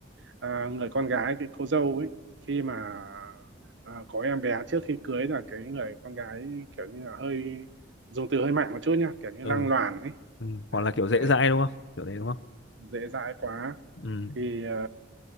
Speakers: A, on the right; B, on the left.
A: à, người con gái cái cô dâu ấy khi mà à, có em bé trước khi cưới là cái người con gái kiểu như là hơi dùng từ hơi mạnh một chút nha kiểu như
B: ừ,
A: lăng loàn ấy
B: ừ. Hoặc
A: Ờ,
B: là kiểu
A: đấy
B: dễ dãi đúng không? Kiểu đấy đúng không?
A: dễ dãi quá
B: Ừ,
A: thì ờ,